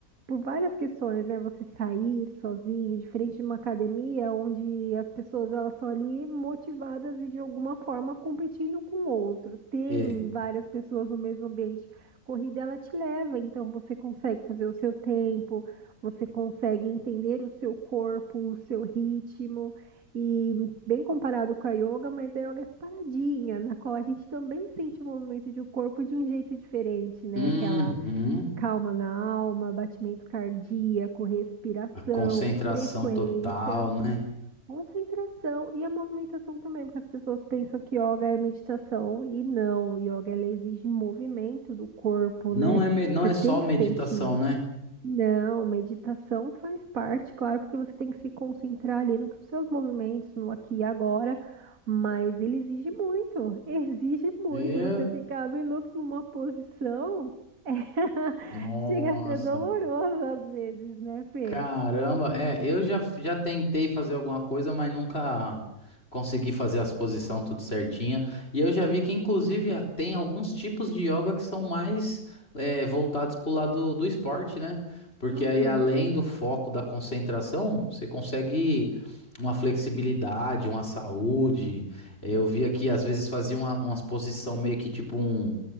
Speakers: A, on the right; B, on the left.
A: Por várias questões, né? Você sair sozinho, diferente de uma academia, onde as pessoas elas estão ali motivadas e de alguma forma competindo com o outro. Tem
B: É.
A: várias pessoas no mesmo ambiente. Corrida ela te leva, então você consegue fazer o seu tempo, você consegue entender o seu corpo, o seu ritmo e bem comparado com a yoga, mas a yoga é paradinha, na qual a gente também sente o movimento de um corpo de um jeito diferente, né?
B: Uhum.
A: Aquela calma na alma, batimento cardíaco, respiração,
B: A concentração
A: frequência,
B: total, né?
A: concentração e a movimentação também, porque as pessoas pensam que yoga é meditação e não, yoga ela exige movimento do corpo,
B: Não
A: né?
B: é, me- não
A: Você
B: é
A: tem
B: só
A: que
B: meditação,
A: sentir
B: né?
A: não, meditação faz parte, claro, porque você tem que se concentrar ali nos seus movimentos, no aqui e agora, mas ele exige muito, <laughs> exige muito
B: É.
A: você ficar minutos numa posição. <laughs>
B: Nossa.
A: Chega a ser doloroso às vezes, né, Fê?
B: Caramba, é, eu já, já tentei fazer alguma coisa, mas nunca consegui fazer as posições tudo certinha. E eu já vi que, inclusive, a- tem alguns tipos de yoga que são mais é, voltados pro lado do esporte, né? Porque
A: Uhum.
B: aí, além do foco da concentração, você consegue uma flexibilidade, uma saúde. Eu vi aqui, às vezes, fazia uma, umas posição meio que tipo um-